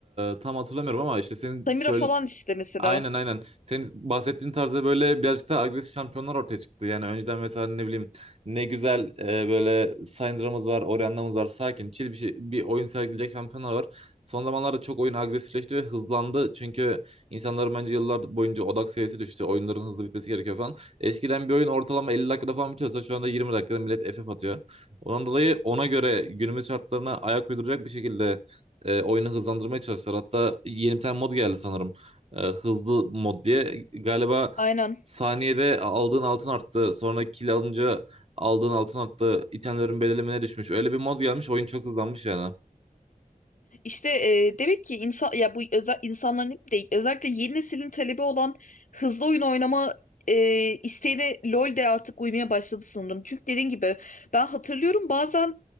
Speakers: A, on the right; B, on the left.
A: e, tam hatırlamıyorum ama işte senin
B: Samira
A: söyle,
B: falan işte mesela.
A: Aynen aynen. Senin bahsettiğin tarzda böyle birazcık daha agresif şampiyonlar ortaya çıktı. Yani önceden mesela ne bileyim ne güzel e, böyle Syndra'mız var, Orianna'mız var. Sakin, chill bir şey, bir oyun sergileyecek şampiyonlar var. Son zamanlarda çok oyun agresifleşti ve hızlandı. Çünkü insanların bence yıllar boyunca odak seviyesi düştü. Oyunların hızlı bitmesi gerekiyor falan. Eskiden bir oyun ortalama 50 dakikada falan bitiyorsa şu anda 20 dakikada millet FF atıyor. Ondan dolayı ona göre günümüz şartlarına ayak uyduracak bir şekilde e, oyunu hızlandırmaya çalıştılar. Hatta yeni bir tane mod geldi sanırım e, hızlı mod diye. Galiba
B: Aynen.
A: saniyede aldığın altın arttı. Sonra kill alınca aldığın altın arttı. İtemlerin bedelimine düşmüş. Öyle bir mod gelmiş. Oyun çok hızlanmış yani.
B: İşte e, demek ki insan ya bu özel insanların hep değil özellikle yeni neslin talebi olan hızlı oyun oynama e, isteğine LoL de artık uymaya başladı sanırım. Çünkü dediğin gibi ben hatırlıyorum bazen